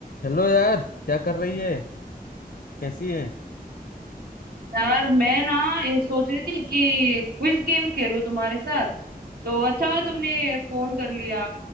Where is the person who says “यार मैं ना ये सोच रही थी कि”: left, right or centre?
Right